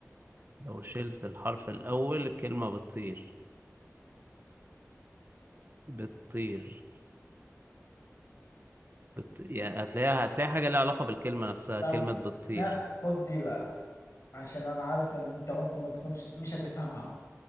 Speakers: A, on the right; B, on the left.
A: لو شلت الحرف الاول الكلمه بتطير بتطير بت... يعني هتلاقيها هتلاقي حاجه ليها علاقه بالكلمه نفسها
B: طب
A: كلمه بتطير
B: ناخد دي بقى عشان انا عارف ان انت ممكن ما تكونش مش هتفهمها